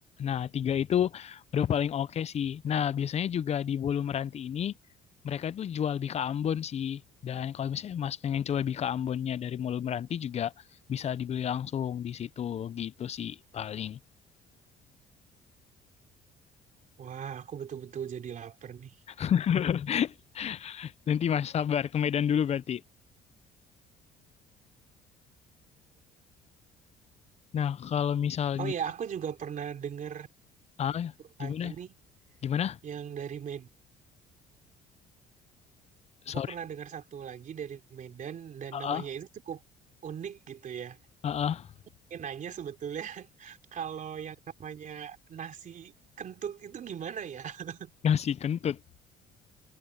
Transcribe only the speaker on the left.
nah tiga itu udah paling oke sih nah biasanya juga di Bolu Meranti ini mereka itu jual bika Ambon sih dan kalau misalnya Mas pengen coba bika Ambonnya dari Bolu Meranti juga bisa dibeli langsung di situ gitu sih paling
<laughs> nanti Mas sabar ke Medan dulu berarti nah kalau misalnya
ah
gimana
gimana
sorry
ah
ah
ah, ah.
Nasi kentut.